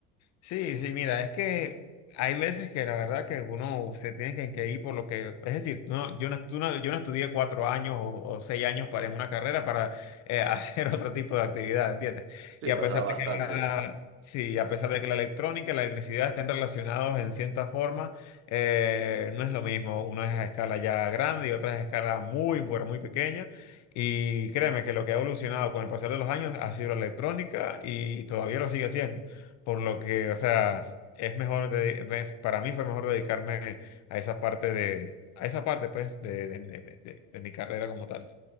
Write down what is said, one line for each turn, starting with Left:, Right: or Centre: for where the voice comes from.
Left: Sí, sí, mira, es que hay veces que la verdad que uno se tiene que, que ir por lo que, es decir, tú no- yo, no, tú no- yo no estudié cuatro años o, o seis años para en una carrera para eh, <laughs> hacer otro tipo de actividad, ¿entiendes?
Right: Sí,
Left: Y a
Right: pasa
Left: pesar
Right: bastante.
Left: de que la, sí, a pesar de que la electrónica y la electricidad estén relacionados en cierta forma, eh, no es lo mismo. Uno es a escala ya grande y otra es a escala muy, pero muy pequeña. Y créeme que lo que ha evolucionado con el pasar de los años ha sido la electrónica y todavía lo sigue haciendo por lo que, o sea, es mejor, de, ve- para mí fue mejor dedicarme a esa parte de, a esa parte, pues, de, de- de- de- de- de mi carrera como tal.